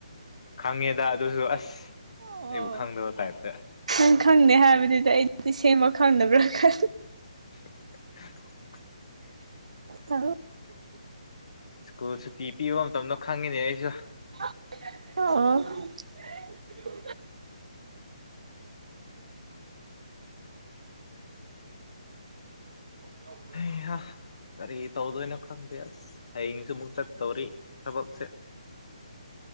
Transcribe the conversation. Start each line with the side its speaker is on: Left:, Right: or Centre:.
Left: ꯈꯪꯉꯦꯗ ꯑꯗꯨꯁꯨ ꯑꯁ
Right: ꯑꯣ
Left: ꯑꯩꯕꯨ ꯈꯪꯗꯕ ꯇꯥꯏꯞꯇ
Right: ꯅꯪ ꯈꯪꯗꯦ ꯍꯥꯏꯕꯗꯨꯗꯤ ꯑꯩꯗꯤ ꯁꯦꯝꯕ ꯈꯪꯗꯅꯕ꯭ꯔꯥ ꯈ
Left: <inaudible>
Right: ꯍ
Left: ꯁ꯭ꯀꯨꯜ ꯁꯨꯇꯤ ꯄꯤꯕ ꯃꯇꯝꯗꯣ ꯈꯪꯉꯤꯅꯦ ꯑꯩꯁꯨ
Right: ꯑꯣ ꯌꯥꯎ
Left: ꯑꯩꯍ ꯀꯔꯤ ꯇꯧꯗꯣꯏꯅꯣ ꯈꯪꯗꯦ ꯑꯁ ꯍꯌꯦꯡꯁꯨ ꯑꯃꯨꯛ ꯆꯠꯇꯧꯔꯤ ꯊꯕꯛꯁꯦ